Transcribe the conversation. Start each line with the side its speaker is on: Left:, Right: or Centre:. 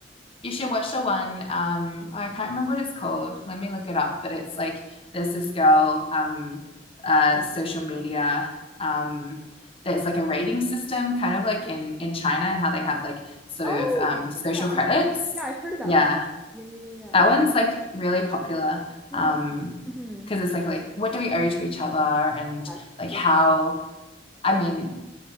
Left: you should watch the one um I can't remember what it's called. Let me look it up, but it's like there's this girl um uh social media um there's like a rating system kind of like in in China how they have like sort
Centre: Oh,
Left: of um social
Centre: yeah, yeah.
Left: credits.
Centre: I think I've, yeah, I've heard of that
Left: Yeah.
Centre: one. Yeah, yeah, yeah. yeah.
Left: That
Centre: Oh.
Left: one's like really popular
Centre: Mm,
Left: um
Centre: Mm-hmm.
Left: because it's like like what do we owe to each other and
Centre: Yes,
Left: like
Centre: for
Left: how
Centre: sure.
Left: I mean